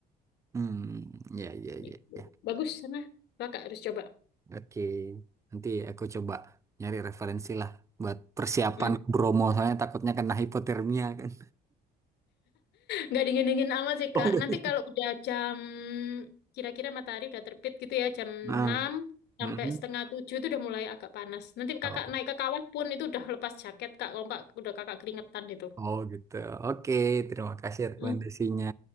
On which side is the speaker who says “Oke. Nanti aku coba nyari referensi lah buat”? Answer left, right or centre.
Right